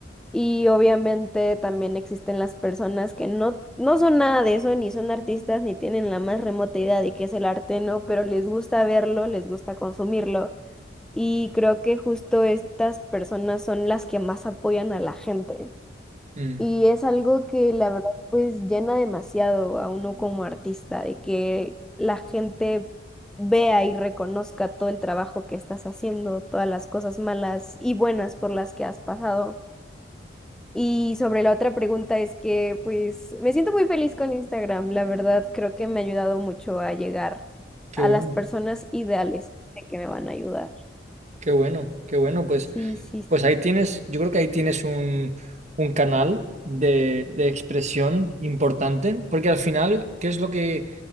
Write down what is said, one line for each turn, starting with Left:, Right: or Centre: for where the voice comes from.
Centre: Y obviamente también existen las personas que no, no son nada de eso, ni son artistas, ni tienen la más remota idea de qué es el arte, ¿no? Pero les gusta verlo, les gusta consumirlo Y creo que justo estas personas son las que más apoyan a la gente.
Right: Mm,
Centre: Y es algo que la verdad pues llena demasiado a uno como artista, de que la gente vea y reconozca todo el trabajo que estás haciendo, todas las cosas malas y buenas por las que has pasado. Y sobre la otra pregunta es que pues me siento muy feliz con Instagram, la verdad creo que me ha ayudado mucho a llegar
Right: qué
Centre: a
Right: bueno.
Centre: las personas ideales de que me van a ayudar.
Right: Qué bueno, qué bueno. Pues,
Centre: Sí, sí,
Right: pues ahí tienes, yo creo que ahí tienes un, un canal de, de expresión importante, porque al final, ¿qué es lo que,